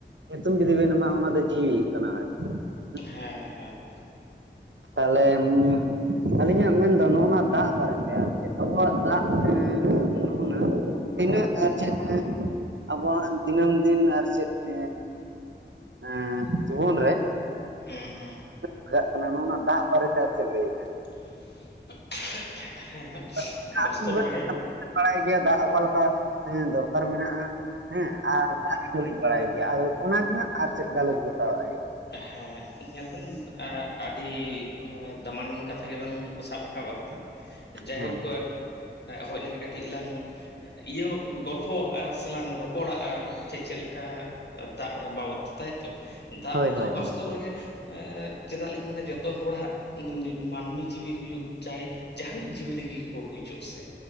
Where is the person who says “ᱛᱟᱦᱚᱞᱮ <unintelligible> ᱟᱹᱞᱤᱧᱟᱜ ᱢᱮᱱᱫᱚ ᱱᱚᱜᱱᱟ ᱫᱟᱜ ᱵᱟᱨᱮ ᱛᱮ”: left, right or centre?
Right